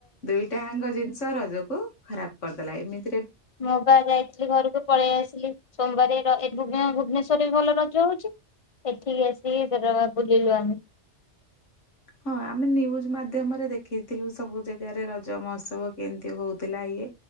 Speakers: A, on the left; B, on the left.
A: ଦୁଇଟାଙ୍କ ଜିନିଷ ରଜକୁ ଖରାପ କରିଦେଲା ଏମିତି
B: ମୁଁ ବା ଯାଇଥିଲି ଘରକୁ ପଳେଇ ଆସିଲି ସୋମବାରେ ର ଏଇ ଭୁବନେ ଭୁବନେଶ୍ଵରରେ ବି ଭଲ ରଜ ହଉଛି ଏଠିକି ଆସିକି <unintelligible> ବୁଲିଲୁ ଆମେ।
A: ହଁ ଆମେ ନ୍ୟୁଜ ମାଧ୍ୟମରେ ଦେଖିଥିଲୁ ସବୁ ଜାଗାରେ ରଜ ମହୋତ୍ସବ କେମତି ହଉଥିଲା ଇଏ